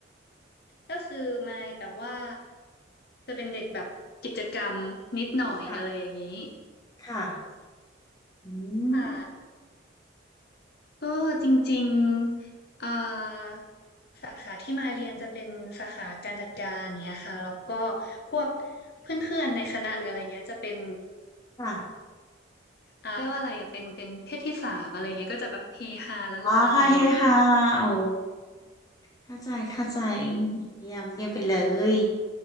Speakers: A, on the left (about 50°); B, on the left (about 20°).
A: ก็คือมายแบบว่าจะเป็นเด็กแบบกิจกรรมนิดหน่อยอะไรอย่างนี้
B: ค่ะค่ะอืม
A: ค่ะก็จริงๆเอ่อสาขาที่มายเรียนจะเป็นสาขาการจัดการเนี้ยค่ะแล้วก็พวกเพื่อนๆในคณะหรืออะไรเงี้ยจะเป็น
B: ค่ะ
A: อ่าเรียกว่าอะไรอ่ะเป็นเป็นเพศที่สามอะไรเงี้ยก็จะแบบเฮฮาละลากันหน่อย
B: อ๋อค่ะเฮฮาโอ้เข้าใจเข้าใจเยี่ยมเยี่ยมไปเลย